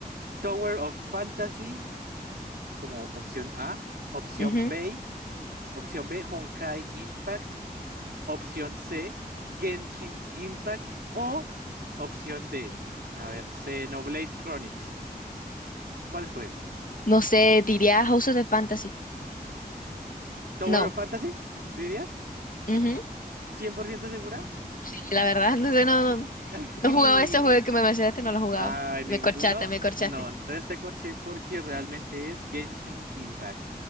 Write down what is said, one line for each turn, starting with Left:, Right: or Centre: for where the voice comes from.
Right: Tower of Fantasy como opción A, opción
Left: Ujú.
Right: B, opción B, Honkai Impact, opción C, Genshin Impact o opción D, a ver, Xenoblade Chronicles. ¿Cuál escoges?
Left: No sé, diría House of the Fantasy.
Right: ¿Tower
Left: No.
Right: of Fantasy? ¿Dirías?
Left: Ujú.
Right: cien por ciento segura?
Left: Sí, la verdad, <laughs> no sé, no, no,
Right: <laughs>
Left: no he jugado ese juego que me mencionaste, no lo he jugado.
Right: Ah,
Left: Me
Right: ninguno.
Left: corchaste, me corchaste.
Right: No, entonces te corché porque realmente es Genshin Impact.